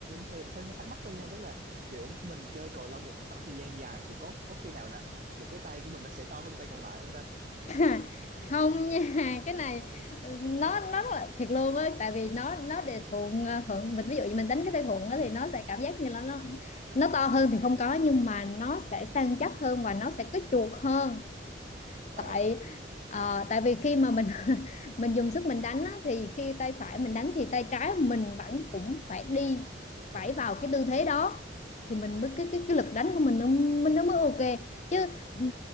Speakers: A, on the right; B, on the left.
A: hơi, hơi thắc mắc thôi nha tức là kiểu mình chơi cầu lông một khoảng thời gian dài thì có có khi nào là một cái tay của mình nó sẽ to hơn tay còn lại không ta
B: <laughs> không nha cái này ừ, nó nó rất là thiệt luôn á tại vì nó nó để thuận à, thuận mình ví dụ như mình đánh cái tay thuận á thì nó sẽ cảm giác như là nó nó to hơn thì không có nhưng mà nó sẽ săn chắc hơn và nó sẽ có chuột hơn
A: ờ
B: tại ờ, tại vì khi mà mình <laughs> mình dùng sức mình đánh á, thì khi tay phải mình đánh thì tay trái mình vẫn cũng phải đi phải vào cái tư thế đó thì mình mới cái cái, cái lực đánh của mình nó mình nó mới ok chứ ừ,